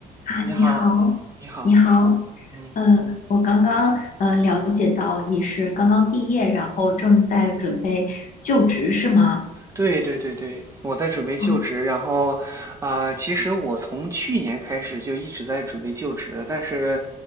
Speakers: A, on the left; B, on the right.
A: 啊，
B: 你好，
A: 你好，
B: 你好，
A: 你好，
B: 嗯，
A: 嗯，我刚刚呃了解到你是刚刚毕业，然后正在准备就职是吗？
B: 对对对对，我在准备就职，
A: 哦，
B: 然后啊、呃其实我从去年开始就一直在准备就职了，但是